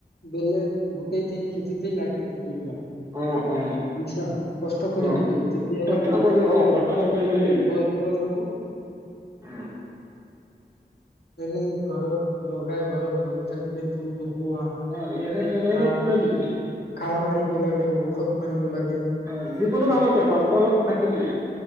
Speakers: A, on the left; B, on the right.
A: বেলেগ গোটেই দিন খেতিতেই লাগি থাকিব
B: অ অ
A: <unintelligible> মিছা কষ্ট কৰিব
B: অ
A: লাগে তেতিয়াহে
B: কষ্ট কৰি অ কষ্ট অলপ কৰিবই লাগিব
A: ফল পোৱা যাব
B: অ।
A: এনেই ঘৰত লগাই ঘৰত বহি থাকিলে <unintelligible>
B: অ এনে এনে এনে কোনে দিব
A: <unintelligible> <unintelligible> মাৰিব <unintelligible>
B: অ যিকোনো কামতে কষ্ট অলপ থাকিবই